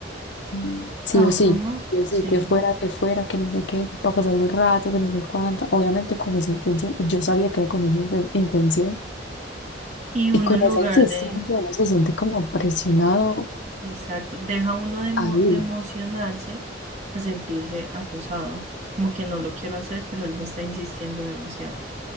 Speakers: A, on the left (about 70°); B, on the right (about 40°).
A: Mm. sí
B: ajá,
A: o sí, sí o sí,
B: sí.
A: que fuera, que fuera, que no sé qué, para pasar el rato, que no sé cuánta, obviamente con esa intención, y yo sabía que era con esa inten- intención,
B: Y uno
A: y con
B: en lugar
A: esa insistencia
B: de,
A: uno se siente como presionado
B: exacto, deja uno de, mo-
A: ahí,
B: de emocionarse a sentirse acosado, como que no lo quiero hacer, pero él me está insistiendo demasiado.